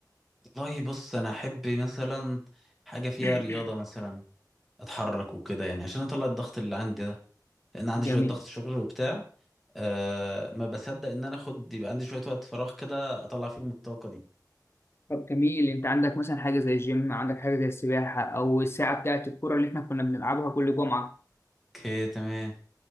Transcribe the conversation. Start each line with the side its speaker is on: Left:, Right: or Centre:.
Centre: والله بص انا احب مثلا حاجه فيها
Left: <coughs>
Centre: رياضه مثلا اتحرك وكده يعني عشان اطلع الضغط اللي عندي ده لان عندي
Left: جميل
Centre: شويه ضغط شغل وبتاع أه ما بصدق ان انا اخد يبقى عندي شويه وقت فراغ كده اطلع فيهم الطاقه دي
Left: طب جميل أنت عندك مثلا حاجة زي الجيم عندك حاجة زي السباحة أو الساعة بتاعة الكورة اللي إحنا كنا بنلعبها كل جمعة
Centre: اوكي تمام